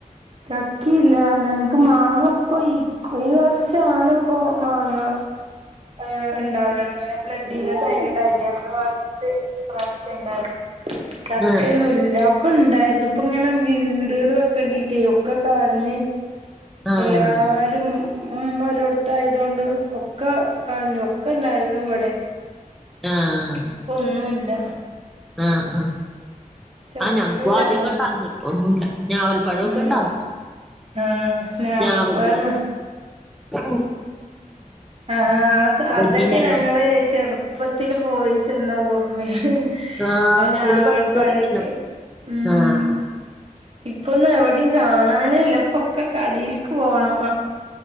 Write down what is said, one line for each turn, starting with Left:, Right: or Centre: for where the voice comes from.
Right: ചക്കില്ല ഞങ്ങക്ക് മാങ്ങപ്പോ ഈ ഈ വർഷണ ഇപ്പൊ മാങ്ങ ഹ് ഉണ്ടാവല ങ്ങനെ ബ്ലഡ് ചെയ്ത തന്നണ്ടായില്ല അങ്ങനെ വാങ്ങീട്ട് പ്രാവശ്യം ഉണ്ടായിരുന്നു ചക്ക
Centre: ആഹ്
Right: ഒന്നും ഇല്ല ഒക്കെ ഉണ്ടായിരുന്നു ഇപ്പ ഇങ്ങനെ വീടുക വെക്കേണ്ടിട്ടേ ഒക്കെ കഞ്ഞ്
Centre: ആഹ്
Right: എല്ലാരും ഉ ഒരോടത്ത ആയതൊണ്ട് ഒക്കെ കാഞ്ഞു ഒക്കെ ഇണ്ടായിരുന്നു ഇവിടെ
Centre: ആഹ്
Right: ഇപ്പൊ ഒന്നുല്ല
Centre: ആഹ് ആഹ്
Right: ചക്കല്ല
Centre: ആ ഞങ്ങക്കും ആദ്യക്കണ്ടായിരുന്നു
Right: ആഹ്
Centre: ഇപ്പൊ ഒന്നുല്ല ഞവൽ പഴഒക്കെ
Right: ഉം
Centre: ഇണ്ടാറു
Right: ആഹ് ഞാവൽപ്പഴംന്ന്
Centre: ഞവൽ ഇല്ലേ ഉം
Right: ആ അതൊക്കെ
Centre: വലിയ മരമുണ്ട്
Right: ഞങ്ങള് ചെറുപ്പത്തിൽ പോയി തിന്ന ഓർമ്മേണ്
Centre: ആഹ്
Right: ആ
Centre: സ്കൂളിൽ
Right: ഞാവൽ
Centre: പഠിക്കുമ്പോക്കെ
Right: പഴൊക്കെ
Centre: തിന്നിട്ടുണ്ട്
Right: ഉം
Centre: ആഹ്
Right: ഇപ്പൊന്നും എവിടെയും കാണാനേല്ല ഇപ്പൊ ഓക്കെ കടൽക്ക് പോണം